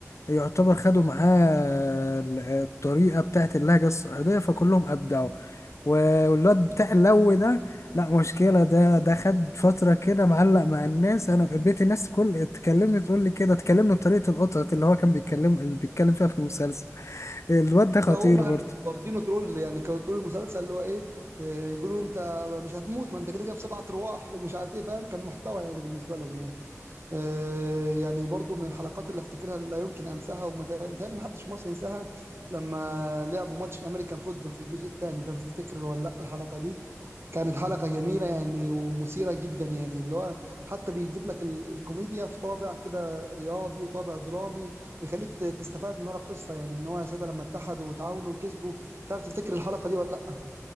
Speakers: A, on the left; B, on the right.
A: يعتبر خدوا معاه ال- الطريقة بتاعت اللهجة الصعيدية فكلهم أبدعوا و- والواد بتاع اللو ده لا مشكلة ده ده خد فترة كده معلق مع الناس أنا بقيت الناس كل تكلمني تقول لي كده تكلمني بطريقة القطط اللي هو كان بيتكلم اللي بيتكلم فيها في المسلسل الواد ده خطير
B: ده هما
A: برضه
B: واخدينه ترول يعني كانوا طول المسلسل اللي هو ايه آه، يقولوا انت مش هتموت ما انت كده كده بسبعة ارواح ومش عارف ايه فاهم كان محتوى يعني بالنسبه لهم يعني آه، يعني برضو من الحلقات اللي افتكرها اللي لا يمكن انساها ومتهيألي محدش في مصر ينساها لما لعبوا ماتش الامريكان فوتبول في الجزء الثاني مش عارف تفتكر ولا لا الحلقه دي كانت حلقه جميله يعني ومثيره جدا يعني اللي هو حتى بيجيب لك ال- الكوميديا في طابع كده رياضي وطابع درامي ويخليك ت- تستفاد من ورا القصه يعني ان هو يا ساده لما اتحدوا وتعاونوا وكسبوا مش عارف تفتكر الحلقه دي ولا لا